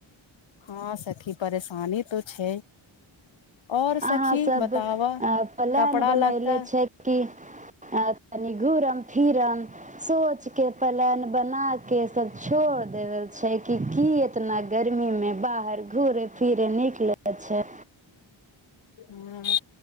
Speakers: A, on the left; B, on the right.
A: हँ सखी परेशानी तऽ छै और
B: अहाँ
A: सखी
B: सब
A: बताबऽ
B: प्लान
A: कपड़ा
B: बनैले
A: लत्ता
B: छै कि तनी घुरम फिरम सोच के प्लान बना क सब छोड़ देेबल छै कि की इतना गर्मीमे बाहर घुरे फिरे निकलै छै
A: ह